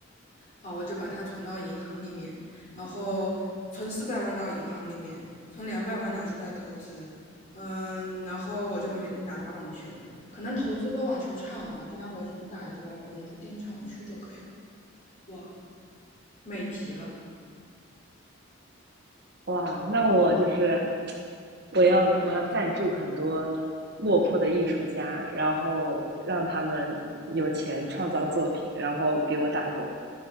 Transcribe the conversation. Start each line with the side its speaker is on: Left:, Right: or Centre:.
Left: 好，我就把它存到银行里面，然后存四百万到银行里面，存两百万拿出来投资，嗯，然后我就每天打打网球，可能投资个网球场吧，这样我想打的时候我还不用去订场，我去就可以了。哇，美极了，
Right: 哇，那我就是我要我要赞助很多落魄的艺术家，然后让他们有钱创造作品，然后给我打工，